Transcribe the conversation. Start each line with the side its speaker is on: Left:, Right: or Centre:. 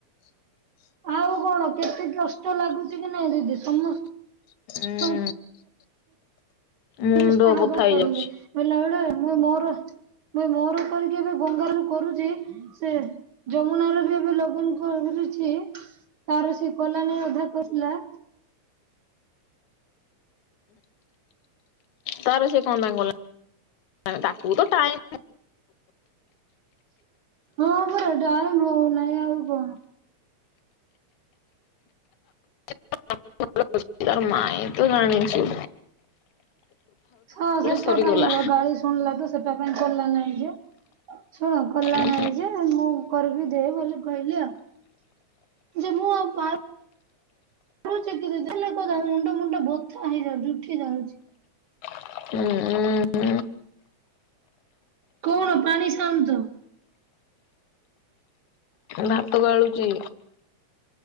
Right: ଆଉ କଣ କେତେ କଷ୍ଟ ଲାଗୁଛି କି ନାଇଁ ଦିଦି ସମସ୍ତେ <unintelligible>
Left: ଉଁ
Right: <unintelligible>
Left: ମୁଣ୍ଡ ବଥା ହେଇଯାଉଛି
Right: ମୁ ମୋର କରିକି ଏବେ ବଙ୍ଗାରୁରୁ କରୁଛି ସେ ଯମୁନା ର ବି ଏବେ ଲଗନ କରଛି। ତାର ସେ କଲା ନେଇ ଅଧା କରଥିଲା।
Left: ତାର ସେ କଁ ପାଇଁ କଲା ତାକୁ ତ ଟାଇମ୍
Right: ହଁ ପରା ଟାଇମ୍ ହୋଉନାହିଁ ଆଉ କଣ
Left: <unintelligible> ତା ମାଇଁ ତ ଜାଣିଚୁ।
Right: ହଁ ସେଇଟା
Left: ସରିଗଲା
Right: ପାଇଁ ଏକା ଗାଳି ଶୁଣିଲା ତ ସେଟା ପାଇଁ କଲା ନାହିଁ ଯେ ଶୁଣ କଲା
Left: ଉଁ
Right: ନାଇଁ ଯେ ମୁଁ କରିବି ଦେ ବୋଲି କହିଲି ଆଉ ଯେ ମୁଁ ଆଉ ପାଇ <unintelligible> ମୁଣ୍ଡ ମୁଣ୍ଡ ବଥା ହେଇଯାଉଚି ଉଠି ଯାଉଛି।
Left: ଉଁ ଉଁ ଉଁ
Right: କଣ ପାଣି ସାଉଣ୍ଡୁ ତ
Left: ଭାତ ଗାଳୁଚି।